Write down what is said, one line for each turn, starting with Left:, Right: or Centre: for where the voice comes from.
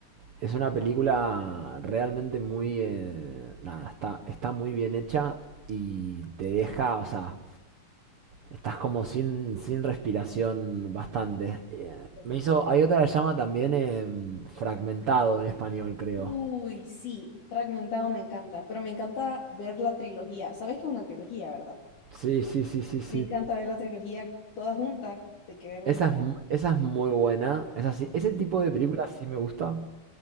Right: Es una película realmente muy... eh, nada, está, está muy bien hecha y te deja, o sea, estás como sin, sin respiración bastante. Eh,
Left: guau.
Right: me hizo... Hay otra que se llama también em, Fragmentado en español, creo.
Left: Uy, sí, Fragmentado me encanta, pero me encanta ver la trilogía. ¿Sabes que es una trilogía, verdad?
Right: Sí, sí, sí, sí, sí.
Left: Me encanta ver la trilogía toda junta, de que verla
Right: Esa
Left: en maratón,
Right: es, mu- esa es muy buena. Esa sí- ese tipo de películas sí me gusta.